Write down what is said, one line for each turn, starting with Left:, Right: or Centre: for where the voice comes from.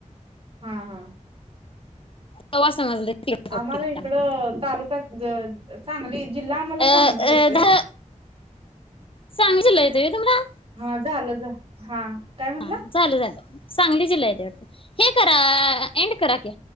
Right: हा हा
Left: तवा समजलं.
Right: आम्हाला
Left: पिराण
Right: इकडं
Left: आहे.
Right: तालुका सांगली ज जिल्हा आम्हाला सांगली
Left: अ
Right: येतोय.
Left: अ ध सांगली जिल्हा येतोय व्हय तुम्हाला?
Right: हा झालं झा हा! काय म्हटलं
Left: हा चालू रहातं. सांगली जिल्हा येतंय वाटतं? हे करा एंड करा. ओके.